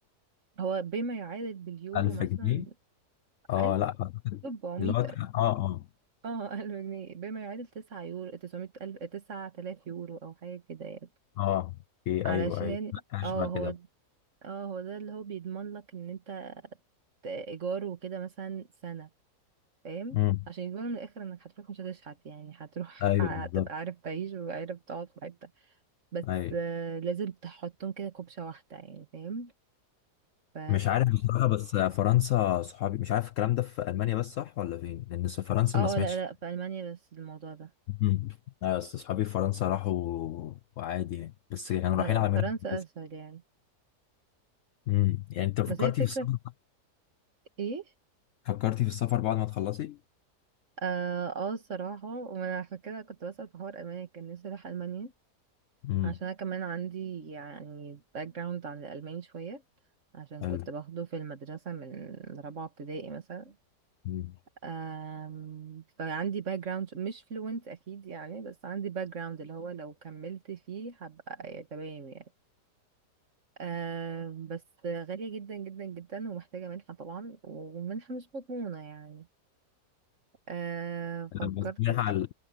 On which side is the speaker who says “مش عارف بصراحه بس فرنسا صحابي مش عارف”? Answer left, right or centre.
Left